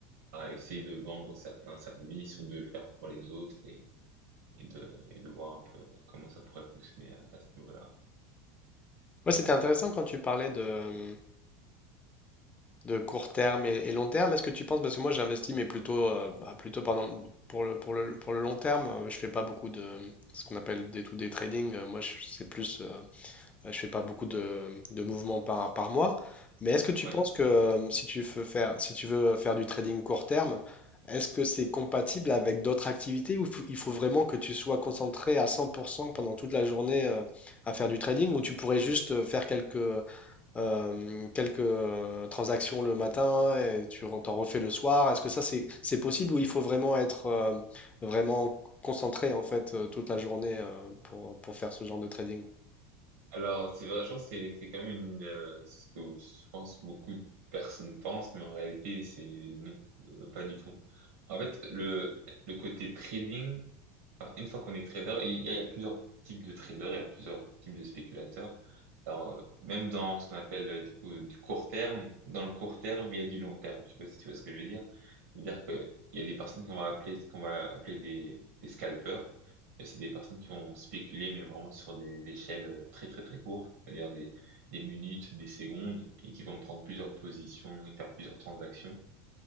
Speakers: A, on the right (about 80°); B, on the left (about 20°).
A: à essayer de vendre certains services ou de le faire pour les autres et, et de, et de voir un peu comment ça pourrait fonctionner à, à ce niveau-là.
B: Ouais, c'était intéressant quand tu parlais de, de court terme et, et long terme. Est-ce que tu penses, parce que moi j'investis, mais plutôt, euh, bah, plutôt pardon, pour le, pour le, pour le long terme, euh, je fais pas beaucoup de ce qu'on appelle des to day trading. Euh, Moi, je- c'est plus, euh, bah, je fais pas beaucoup de, de mouvements par, par mois. Mais est-ce que tu
A: Ouais.
B: penses que euh, si tu veux faire, si tu veux faire du trading court terme, est-ce que c'est compatible avec d'autres activités ou faut- il faut vraiment que tu sois concentré à 100% pendant toute la journée euh, à faire du trading ou tu pourrais juste euh, faire quelques euh, quelques euh, transactions le matin et tu re- t'en refais le soir. Est-ce que ça c'est c'est possible ou il faut vraiment être euh, vraiment concentré en fait euh, toute la journée euh, pour, pour faire ce genre de trading?
A: Alors, c'est vrai, je pense que c'est c'est quand même une, euh, ce que je pense beaucoup de personnes pensent, mais en réalité, c'est non, euh, pas du tout. En fait, le, le côté trading, Enfin, Une fois qu'on est trader, il y a, il y a plusieurs types de traders, il y a plusieurs types de spéculateurs. Alors, euh, même dans ce qu'on appelle euh, du coup, du court terme, dans le court terme, il y a du long terme. Je sais pas si tu vois ce que je veux dire. C'est-à-dire que il y a des personnes qu'on va appeler, qu'on va appeler des, des scalpers. Et C'est des personnes qui vont spéculer, mais vraiment sur des échelles euh, très très très courtes, c'est-à-dire des, des minutes, des secondes, et qui vont prendre plusieurs positions et faire plusieurs transactions.